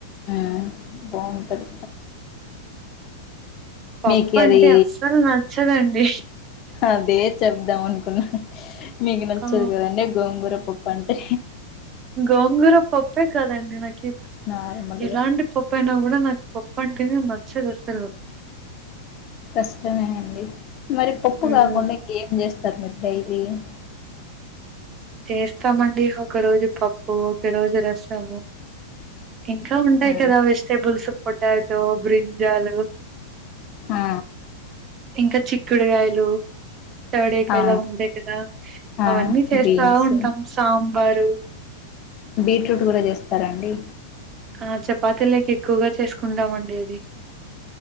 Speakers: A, on the left; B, on the right.
A: ఉమ్ బాగుంటది
B: పప్పు
A: మీక అది
B: అంటే అస్సలు నచ్చదండి
A: అదే చెప్దాం అనుకున్నా మీకు నచ్చదు
B: ఆ
A: కదండి గోంగూర పప్పు అంటే
B: గోంగూర పప్పే కదండి నాకు
A: నార్మల్గా
B: ఎలాంటి పప్పు అయినా కూడా నాకు పప్పు పప్పంటిని నచ్చదు అసలు
A: కష్టమే అండి మరి పప్పు
B: హ్మ్
A: కాకుండా ఇంకేం చేస్త ఇది <inaudible>
B: చేస్తామండి ఒక రోజు పప్పు ఒక రోజు రసము ఇంకా ఉంటాయి
A: ఆ
B: కదా వెజిటేబుల్స్ పొటాతో బ్రింజాలు
A: ఆ
B: ఇంకా చిక్కుడుగాయలు థర్డ ఏకాయలా
A: ఆ
B: ఉండే కదా
A: ఆ
B: అవన్నీ చేస్తా
A: బీన్స్
B: ఉంటాం సాంబార్
A: బీట్రూట్ కూడా చేస్తారాండి
B: ఆ చపాతీ లోకి ఎక్కువగా చేసుకుందామండి అది